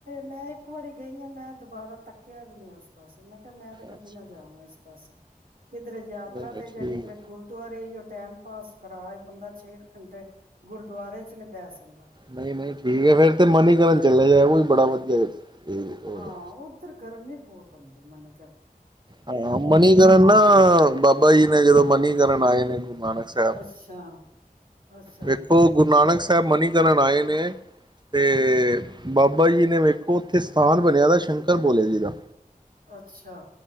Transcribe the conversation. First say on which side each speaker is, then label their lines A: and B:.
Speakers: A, on the right; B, on the right.
A: ਮੈਂ ਇੱਕ ਵਾਰੀ ਗਈ ਹਾਂ, ਮੈਂ ਦੁਬਾਰਾ ਤੱਕ ਕਿਹਾ ਵੀ ਨਹੀਂ, ਉਸ ਪਾਸੇ ਮੈਂ ਕਿਹਾ ਮੈਂ ਤਾਂ ਕਦੇ
B: ਅੱਛਾ
A: ਨਾ ਜਾਵਾਂ ਇਸ ਪਾਸੇ ਕਿਧਰੇ ਯਾਤਰਾ
B: ਨਹੀਂ ਨਹੀਂ
A: ਤੇ,
B: ਠੀਕ
A: ਜਾਂ ਕਿਧਰੇ
B: ਹੈ,
A: ਗੁਰਦੁਆਰੇ, ਉਹੀ ਟਾਈਮ ਪਾਸ ਕਰਾ ਬੰਦਾ ਛੇ ਘੰਟੇ ਗੁਰਦੁਆਰੇ ਚ ਨਹੀਂ ਬਹਿ ਸਕਦਾ
B: ਨਹੀਂ ਨਹੀਂ ਠੀਕ ਹੈ, ਫਿਰ ਤੇ ਮਨੀਕਰਨ ਚੱਲਿਆ ਜਾਵੇ ਉਹ ਵੀ ਬੜਾ ਵਧੀਆ ਏਹ ਉਹ
A: ਹਾਂ
B: ਹੈ।
A: ਉੱਧਰ ਗਰਮੀ ਹੀ ਬਹੁਤ ਹੁੰਦੀ ਮਨੀ
B: ਹਾਂ, ਮਨੀਕਰਨ ਨਾ
A: ਹੈ।
B: ਬਾਬਾ ਜੀ ਨੇ ਜਦੋਂ ਮਨੀਕਰਨ ਆਏ ਨੇ ਗੁਰੂ ਨਾਨਕ ਸਾਹਿਬ
A: ਅੱਛਾ, ਅੱਛਾ,
B: ਵੇਖੋ ਗੁਰੂ ਨਾਨਕ ਸਾਹਿਬ ਮਨੀਕਰਨ ਆਏ ਨੇ ਤੇ, ਬਾਬਾ ਜੀ ਨੇ ਵੇਖੋ ਉੱਥੇ ਸਥਾਨ ਬਣਿਆ ਤਾ ਸ਼ੰਕਰ ਭੋਲੇ ਜੀ ਦਾ
A: ਅੱਛਾ